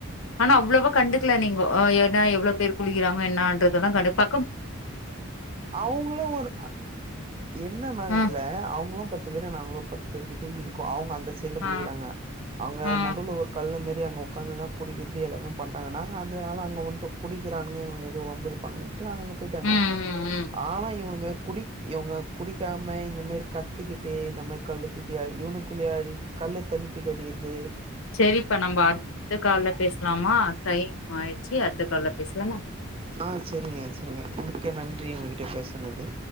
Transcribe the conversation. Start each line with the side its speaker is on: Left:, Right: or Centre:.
Left: ஆனா அவ்ளவா கண்டுக்கல நீங்கோ ஓ எனா எவ்ளோ பேர் குளிக்கிறாங்கோ என்னான்றதுதா கடுப்பா
Right: அவுங்ளு ஒரு என்னனா
Left: அ
Right: இதுல அவுங்ளு பத்து பேரு நாங்ளு ஒரு பத்து பேரு கிட் டே இருக்கோ அவுங்க அந் அந்த சைடுல
Left: ஆ
Right: குளிகிறாங்க அவுங்க
Left: ஆ
Right: நடுவில் ஒரு கல்லு மேர் பேய் அங்க உக்காந்துதா குடிக்கிறது எல்லாமே பண்றாங்க நாங்க அந்தனால நாங்க வன்டோ குடிக்றானுக இவுனுக எதும் வம்பிழுப்பான்க ட்ரூவா அவுங் அங்க பேய்ட்டாங்க
Left: ம் ம் ம்
Right: ஆ இவனுங்க குடி இவுங்க குடிக்காம இந்தி மேரி கத்துக்கிட்டே இந்த மாரி கழுத் திக்கியாழி இவுனுக்குள்ளயே அடிச்சி கல்லு தண்ணி திக் அடிக்கற்து
Left: செரிப்பா நம்ம அத்த கால்ல பேசுலாமா டைம் ஆயிடுச்சு அத் த்த கால்ல பேசுலாமா
Right: ஆ செரிங்க செரிங்க மிக்க நன்றி உங்ககிட்ட பேசு னது